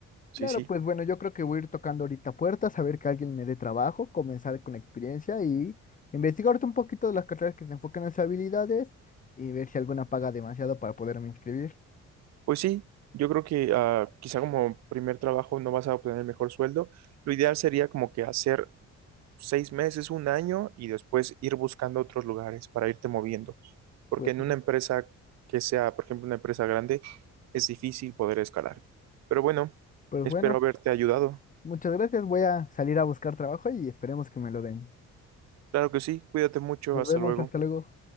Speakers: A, on the right (about 60°); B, on the left (about 25°).
A: Sí,
B: Claro,
A: sí.
B: pues bueno, yo creo que voy a ir tocando ahorita puertas, a ver que alguien me dé trabajo, comenzar con la experiencia y investigarte un poquito de las carreras que se enfocan en las habilidades y ver si alguna paga demasiado para poderme inscribir.
A: Pues sí, yo creo que ah, quizá como primer trabajo no vas a obtener el mejor sueldo. Lo ideal sería como que hacer seis meses, un año y después ir buscando otros lugares para irte moviendo. Porque
B: Pues,
A: en una empresa que sea, por ejemplo, una empresa grande, es difícil poder escalar. Pero bueno,
B: pues
A: espero
B: bueno,
A: haberte ayudado.
B: muchas gracias, voy a salir a buscar trabajo y esperemos que me lo den.
A: Claro que sí, cuídate mucho,
B: Nos
A: hasta
B: vemos,
A: luego.
B: hasta luego.